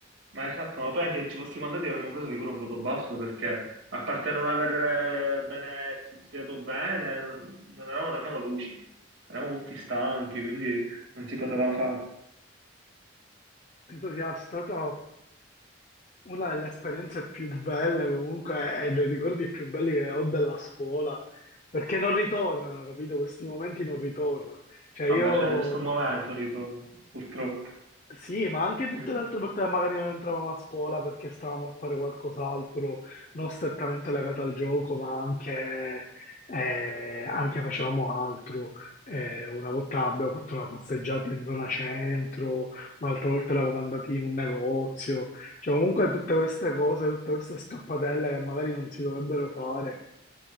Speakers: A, on the right; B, on the left.
A: Ma esatto, ma poi anche se ci fossimo andati avremmo preso sicuro un voto basso perché, a parte non aver eh, bene, studiato bene, non non eravamo nemmeno lucidi, eravamo tutti stanchi, quindi non si poteva fare.
B: entusiasta top. Una delle esperienze più belle comunque e dei ricordi più belli che ho della scuola, perché non ritornano, capito? Questi momenti non ritornano. Cioè
A: Vabbè,
B: io
A: c'è nessun momento ritorno, purtroppo.
B: sì, ma anche tutte
A: Mm.
B: le altre volte che magari non entravamo a scuola perché stavamo a fare qualcos'altro, non strettamente legato al gioco, ma anche, eh, anche facevamo altro. Eh, una volta abbiamo fatto una passeggiata in zona centro, un'altra volta eravamo andati in un negozio. Cioè, comunque tutte queste cose, tutte queste scappatelle che magari non si dovrebbero fare,